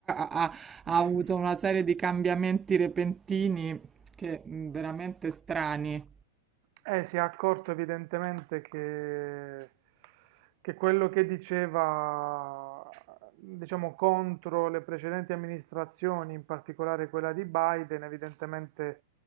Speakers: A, on the right; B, on the right.
A: ha- ha
B: <laughs>
A: avuto una serie di cambiamenti repentini che mh, veramente strani.
B: Eh, si è accorto evidentemente che, che quello che diceva, diciamo, contro le precedenti amministrazioni, in particolare quella di Biden, evidentemente